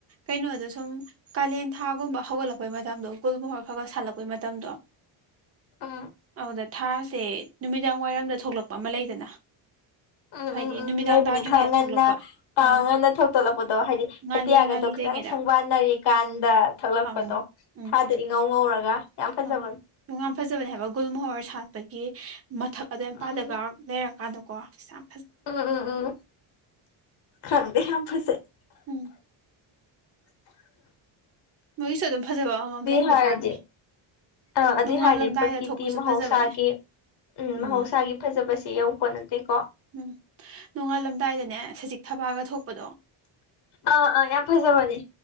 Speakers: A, on the right; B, on the left.
A: ꯀꯩꯅꯣꯗꯣ ꯁꯨꯝ ꯀꯥꯂꯦꯟ ꯊꯥꯒꯨꯝꯕ ꯍꯧꯒꯠꯂꯛꯄꯩ ꯇꯝꯗꯣ ꯒꯨꯜ ꯃꯣꯍꫭꯔ ꯈꯔ ꯈꯔ ꯁꯥꯠꯂꯛꯄꯩ ꯃꯇꯝꯗꯣ
B: ꯑꯥ
A: ꯑꯗꯨꯗ ꯊꯥꯁꯦ ꯅꯨꯃꯤꯗꯥꯡ ꯋꯥꯏꯔꯝꯗ ꯊꯣꯛꯂꯛꯄ ꯑꯃ ꯂꯩꯗꯅ
B: ꯎꯝ
A: ꯍꯥꯏꯗꯤ
B: ꯎꯝ ꯎꯝ
A: ꯅꯨꯃꯤꯗꯥꯡ
B: ꯂꯩꯕꯅꯤ
A: ꯇꯥꯗ꯭ꯔꯤꯉꯩꯗ
B: ꯈꯔ ꯉꯟꯅ
A: ꯊꯣꯛꯂꯛꯄ
B: ꯑ
A: ꯑꯪ
B: ꯉꯟꯅ ꯊꯣꯛꯧꯇꯣꯂꯛꯄꯗꯣ ꯍꯥꯏꯗꯤ
A: ꯉꯥꯜꯂꯤ
B: ꯑꯇ
A: ꯉꯥꯜꯂꯤ
B: ꯒꯗꯣ ꯈꯤꯇꯪ
A: ꯇꯔꯤꯉꯩꯗ
B: ꯁꯪꯕꯥꯅꯔꯤ ꯀꯥꯟꯗ ꯊꯛꯂꯛꯄꯗꯣ
A: ꯑꯪ ꯎꯝ
B: ꯊꯥꯗ ꯏꯉꯧ ꯉꯧꯔꯒ ꯌꯥꯝꯖꯕ
A: ꯑꯪ ꯌꯥꯝ ꯐꯖꯕꯅꯦ ꯍꯥꯏꯕ ꯒꯨꯜ ꯃꯣꯍꯣꯔ ꯁꯥꯠꯄꯒꯤ ꯃꯊꯛ ꯑꯗ ꯏꯄꯥꯗꯒ
B: ꯎꯝ
A: ꯂꯩꯔꯀꯥꯟꯗ ꯀꯣ ꯆꯝ
B: ꯎꯝ ꯎꯝ ꯎꯝ ꯈꯪꯗꯦ ꯌꯥꯝ ꯐꯁꯦ <inaudible>
A: ꯎꯝ ꯃꯣꯏꯁꯨ ꯑꯗꯨꯝ ꯐꯖꯕ ꯑꯃꯃꯝ ꯂꯩꯕꯖꯥꯠꯅꯦ
B: ꯍꯥꯏꯔꯗꯤ ꯑꯥ ꯑꯗꯨꯏ
A: ꯅꯣꯡꯉꯥꯜꯂꯝꯗꯥꯏꯗ
B: ꯍꯥꯏꯔꯗꯤ ꯄ꯭ꯔꯀꯤꯇꯤ
A: ꯊꯣꯛꯄꯁꯨ
B: ꯃꯍꯧꯁꯥꯒꯤ
A: ꯐꯖꯕꯅꯦ ꯎꯝ
B: ꯃꯍꯧꯁꯥꯒꯤ ꯐꯖꯕꯁꯤ ꯌꯧꯄꯣꯠ ꯅꯠꯇꯦꯀꯣ
A: ꯎꯝ ꯅꯣꯡꯉꯥꯜꯂꯝꯗꯥꯏꯗꯅꯦ ꯁꯖꯤꯛ ꯊꯕꯥꯒ ꯊꯣꯛꯄꯗꯣ
B: ꯑ ꯑ ꯌꯥꯝ ꯐꯖꯕꯅꯦ